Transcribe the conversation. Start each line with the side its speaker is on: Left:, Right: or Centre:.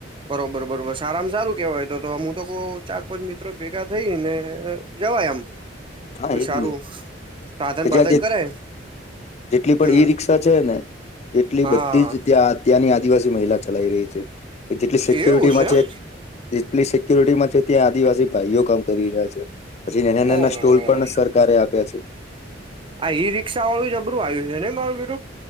Right: બરોબર બરોબર સારામાં સારું કેહેવાય તો તો હું તો કો ચાર પાંચ મિત્રો ભેગા થઈ ને જવાય આમ.
Left: હા
Right: કોઈ
Left: એજ
Right: સારું
Left: ને
Right: સાધન
Left: પજ
Right: બાધન
Left: જેટલી
Right: કરે
Left: પણ
Right: હમ
Left: ઈ રિકષા છે ને એટલી
Right: હા
Left: બધી જ ત્યાં ત્યાંની આદિવાસી મહિલા ચલાઈ રહી છે જેટલી સિક્યુરિટીમાં
Right: એવું એમ
Left: છે. લી સિકુરિટીમાં છે ત્યાં આદિવાસી ભાઈઓ કામ કરી રહ્યા છે પછી નાના
Right: ઓહો
Left: નાના તોલ પણ સરકારે આપ્યા છે.
Right: આ ઈ રિક્ષા વાળું જબરું આયોજન છે નઈ મારું બીરું.